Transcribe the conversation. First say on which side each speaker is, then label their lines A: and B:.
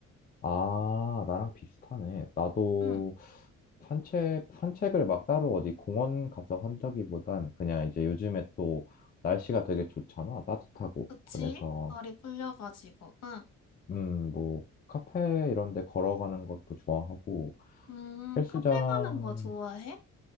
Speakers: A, on the left; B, on the left.
A: 아, 나랑 비슷하네. 나도
B: 응,
A: 산책, 산책을 막 따로 어디 공원 가서 한다기보단 그냥 이제 요즘에 또 날씨가 되게 좋잖아. 따뜻하고.
B: 그치?
A: 그래서,
B: 다리 풀려가지고. 응.
A: 음, 뭐, 카페 이런 데 걸어가는 것도 좋아하고,
B: 음,
A: 헬스장
B: 카페 가는 거 좋아해?